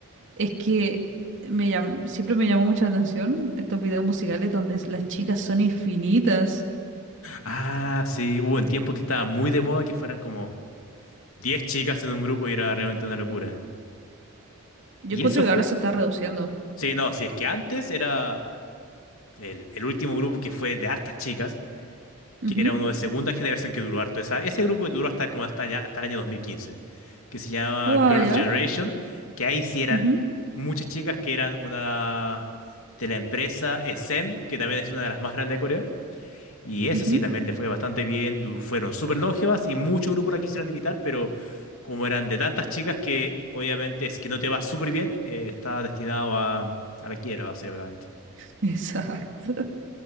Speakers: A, on the right; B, on the left.
A: es que me llam- siempre me llamó mucha atención estos videos musicales donde las chicas son infinitas.
B: Ah, sí, hubo un tiempo que estaba muy de moda que fueran como 10 chicas en un grupo y era realmente una locura.
A: Yo
B: Y
A: encuentro
B: eso
A: que
B: fue...
A: ahora se está reduciendo.
B: Sí, no, sí, es que antes era el, el último grupo que fue de hartas chicas,
A: Ujú.
B: que era uno de segunda generación que duró harto. Esa, ese grupo duró hasta como hasta, ya, hasta el año 2015, que se llama
A: Guau,
B: Girls'
A: ya.
B: Generation, que ahí sí eran
A: Ujú,
B: muchas chicas que eran una de la empresa SM, que también es una de las más grandes de Corea. Y esa
A: ujú.
B: sí también le fue bastante bien, du- fueron súper longevas y muchos grupos la quisieron imitar, pero como eran de tantas chicas que obviamente es que no te va súper bien, eh, está destinado a, a la quiebra, básicamente.
A: <laughs> Exacto.